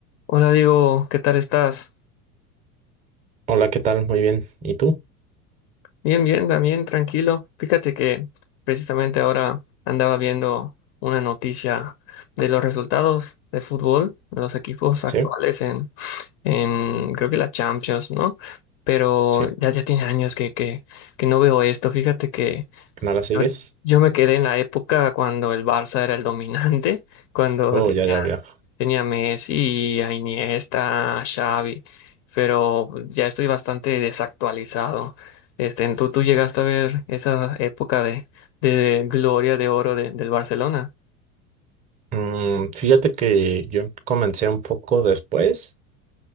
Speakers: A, on the left (about 40°); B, on the right (about 20°).
A: Hola Diego, ¿qué tal estás?
B: Hola, ¿qué tal? Muy bien. ¿Y tú?
A: Bien, bien, también tranquilo. Fíjate que precisamente ahora andaba viendo una noticia de los resultados de fútbol, de los equipos
B: Sí,
A: actuales en, en creo que la Champions, ¿no? Pero
B: sí.
A: ya, ya tiene años que, que, que no veo esto. Fíjate que
B: ¿No la sigues?
A: yo, yo me quedé en la época cuando el Barça era el dominante, <laughs> cuando
B: Oh,
A: tenía
B: ya, ya veo.
A: Tenía a Messi, a Iniesta, a Xavi, pero ya estoy bastante desactualizado. Este, ¿tú, tú llegaste a ver esa época de, de gloria de oro de- del Barcelona?
B: Mm, fíjate que yo comencé un poco después.